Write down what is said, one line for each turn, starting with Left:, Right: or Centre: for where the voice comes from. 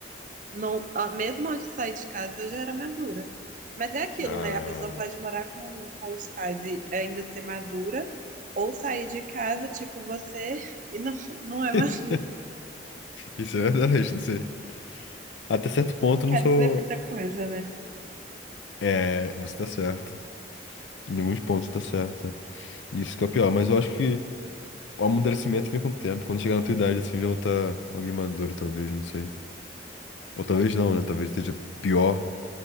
Right: Não, ah, mesmo antes de sair de casa, eu já era madura. Mas é aquilo,
Left: Ah.
Right: né? A pessoa pode morar com, com os pais e ainda ser madura, ou sair de casa, tipo você, <laughs> e não, não é madura.
Left: <laughs> Isso é verdade, não sei. Até certo ponto
Right: Quer
Left: eu não sou.
Right: dizer muita coisa, né?
Left: É, você tá certo. Em alguns pontos você tá certo. Isso que é o pior, mas eu acho que o amadurecimento vem com o tempo. Quando chegar na tua idade, assim, já vou estar alguém maduro, talvez, não sei. Ou talvez não, né? Talvez esteja pior.